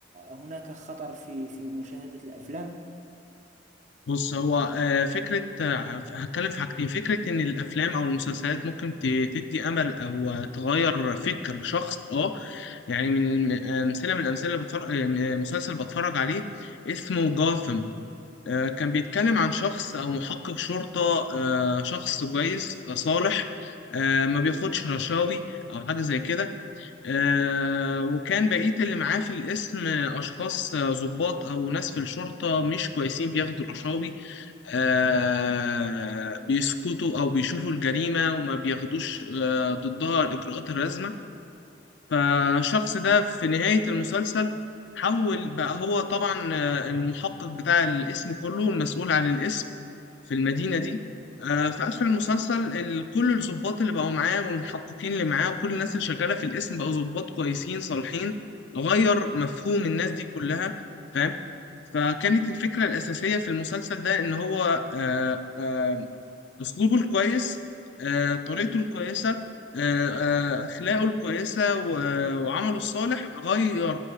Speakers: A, on the right (about 40°); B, on the left (about 65°).
A: هناك خطر في في مشاهدة الأفلام؟
B: بص هو آه، فكرة آه، هتكلم في حاجتين فكرة إن الأفلام أو المسلسلات ممكن ت- تدي أمل أو آه، تغير فكر شخص أه يعني من الم- آه، أمثلة من الأمثلة اللي بتفرج آه، مسلسل بتفرج عليه اسمه جاثم آه، كان بيتكلم عن شخص أو محقق شرطة آه، شخص كويس آه، صالح آه، ما بياخدش رشاوي أو حاجة زي كده آه، وكان بقية اللي معاه في القسم آه، أشخاص آه، ضباط أو ناس في الشرطة مش كويسين بياخدوا رشاوي آه، بيسكتوا أو بيشوفوا الجريمة وما بياخدوش آه، ضدها الإجراءات اللازمة فالشخص ده في نهاية المسلسل حول بقى هو طبعا آه، المحقق بتاع الاسم كله المسؤول عن الاسم في المدينة دي آه، في آخر المسلسل ال- كل الضباط اللي بقوا معاه والمحققين اللي معاه وكل الناس اللي شغالة في الاسم بقوا ضباط كويسين صالحين غير مفهوم الناس دي كلها فاهم فكانت الفكرة الأساسية في المسلسل ده إن هو آه، آه، أسلوبه الكويس آه، طريقته الكويسة آه، آه، أخلاقه الكويسة و- وعمله الصالح غير